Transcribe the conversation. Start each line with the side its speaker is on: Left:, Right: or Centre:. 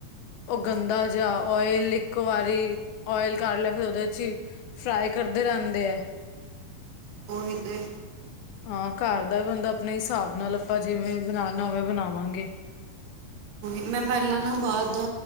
Left: ਉਹ ਗੰਦਾ ਜਿਹਾ ਓਇਲ ਇੱਕ ਵਾਰੀ ਓਇਲ ਕਰ ਲਿਆ ਫਿਰ ਉਹਦੇ ਚ ਹੀ ਫਰਾਈ ਕਰਦੇ ਰਹਿੰਦੇ ਐ।
Right: ਉਹੀ ਤੇ
Left: ਹਾਂ ਘਰ ਦਾ ਬੰਦਾ ਆਪਣੇ ਹਿਸਾਬ ਨਾਲ ਆਪਾਂ ਜਿਵੇਂ ਬਣਾਣਾ ਹੋਵੇਂ ਬਣਾਵਾਂਗੇ।
Right: ਮੈਂ ਪਹਿਲਾਂ ਨਾ ਬਾਹਰ ਦਾ